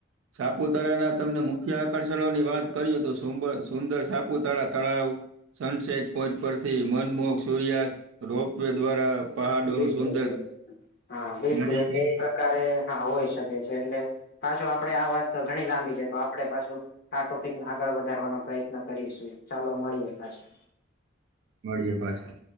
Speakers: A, on the right (about 80°); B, on the left (about 50°).
A: સાપુતારાના તમને મુખ્ય આકર્ષણોની વાત કરીએ તો સુંદર સાપુતારા તળાવ સનસેટ પોઈન્ટ પરથી મનમોહ સૂર્યાસ્ત રોપ વે દ્વારા પહાડોનું
B: બિલકુલ
A: સુંદર
B: હા બિલકુલ
A: નજીક
B: એટલે એ પ્રકારે હા હોય શકે છે એટલે પાછું આપડે આ વાત તો ઘણી લાંબી છે તો આપડે પાછું આ ટોપિકને આગળ વધારવાનો પ્રયત્ન કરીશું ચાલો મળીએ પાછા
A: મળીએ પાછા